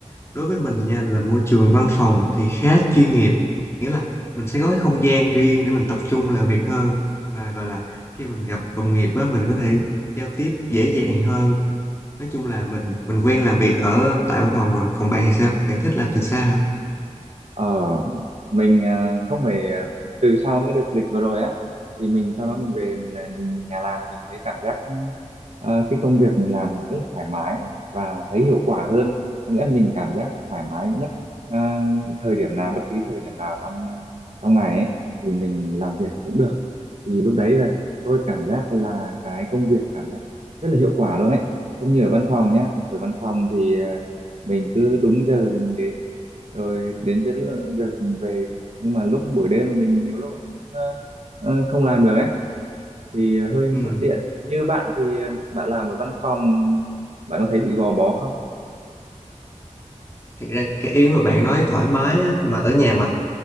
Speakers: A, on the left (about 20°); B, on the right (about 60°).
A: đối với mình nha là môi trường văn phòng thì khá chuyên nghiệp nghĩa là mình sẽ có cái không gian riêng để mình tập trung làm việc hơn và gọi là khi mình gặp đồng nghiệp á mình có thể giao tiếp dễ dàng hơn nói chung là mình mình quen làm việc ở tại văn phòng rồi còn bạn thì sao bạn thích làm từ xa hả
B: Ờ, mình à, không phải à, từ sau cái đợt dịch vừa rồi á thì mình sau đó mình về mình làm mình, mình nhà làm mình thấy cảm giác à, cái công việc mình làm rất là thoải mái và thấy hiệu quả hơn có nghĩa là mình cảm giác thoải mái nhất à, thời điểm nào bất kỳ thời điểm nào trong à, trong ngày ấy thì mình làm việc cũng được thì lúc đấy là tôi cảm giác là cái công việc cảm giác rất là hiệu quả luôn ấy không như ở văn phòng nhá ở văn phòng thì ờ, mình cứ đúng giờ thì mình đến rồi đến đến lợ- giờ thì mình về nhưng mà lúc buổi đêm là mình nhiều lúc cũng ờ, ờ, không làm được ấy thì ờ, hơi
A: Ừ.
B: bất tiện như bạn thì ờ, bạn làm ở văn phòng bạn có thấy bị gò bó không
A: Thật ra cái ý mà bạn nói thoải mái á, mà ở nhà mà